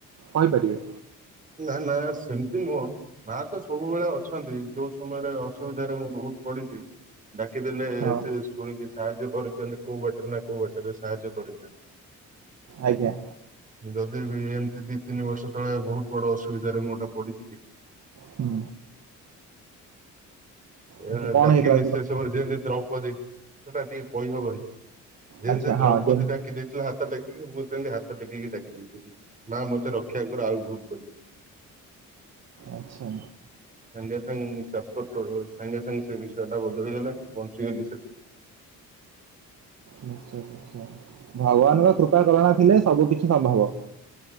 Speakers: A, on the right (about 55°); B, on the right (about 25°).
A: କହିପାରିବେ।
B: ନା ନା ସେମତି ନୁହଁ। ମା ତ ସବୁବେଳେ ଅଛନ୍ତି। ଯୋଉ ସମୟରେ ଅସୁବିଧାରେ ମୁଁ ବହୁତ୍ ପଡିଚି। ଡାକିଦେଲେ,
A: ହଁ
B: ସେ ଶୁଣିକି ସାହାଯ୍ୟ କରିଦିଅନ୍ତି, କୋଉ ବାଟରେ ନା କୋଉ ବାଟରେ ସାହାଯ୍ୟ କରି ଦିଅନ୍ତି।
A: ଆଜ୍ଞା।
B: ଯଦି ବି ଏମତି ଦି ତିନି ବର୍ଷ ତଳେ ବହୁତ୍ ବଡ ଅସୁବିଧାରେ ମୁଁ ଗୋଟେ ପଡିଥିଲି
A: ହୁଁ ଆଚ୍ଛା
B: ଏ
A: କଣ
B: ଡାକିଲି
A: ହେଇଥିଲା
B: ସେ ସମୟରେ ଯେମତି ଦ୍ରୌପଦୀ, ସେଟା ଟିକେ କହି ହବନି। ଯେମିତି,
A: ଆଚ୍ଛା
B: ଦ୍ରୌପଦୀ
A: ହଁ ଯେମ-
B: ଡାକି ଦେଇଥିଲେ ହାତ ଟେ କିକି ମୁଁ ସେମିତି, ହାତ ଟେକି କି ଡାକି ଦେଇଥିଲି। ମା ମତେ ରକ୍ଷା କର, ଆଉ ଭୁଲ୍ କରିବିନି।
A: ଆଚ୍ଛା।
B: ସାଙ୍ଗେ ସାଙ୍ଗେ <unintelligible> ସାଙ୍ଗେ ସାଙ୍ଗେ, ସେ ବିଷୟ ଟା ବଦଳିଗଲା ବଞ୍ଚିଗଲି ସେଠୁ।
A: ନିଶ୍ଚୟ, ନିଶ୍ଚୟ। ଭଗବାନଙ୍କ କୃପା କରୁଣା ଥିଲେ ସବୁ କିଛି ସମ୍ଭବ।